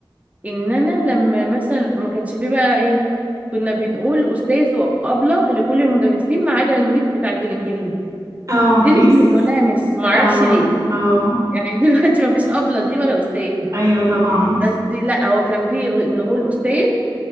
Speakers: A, on the right (about 15°); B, on the right (about 40°).
A: ان انا لما مثلا ما كانش فيه بقى ايه كنا بنقول استاذ وابله لكل المدرسين ما عدا الميس بتاعه الانجليزي
B: اه
A: دي اللي
B: ميس
A: كنا بنقولها يا ميس ما اعرفش
B: اه
A: ليه
B: اه
A: يعني <laughs> دلوقتي ما فيش ابله دي ولا استاذ
B: ايوه طبعا
A: بس لا هو كان فيه نقول استاذ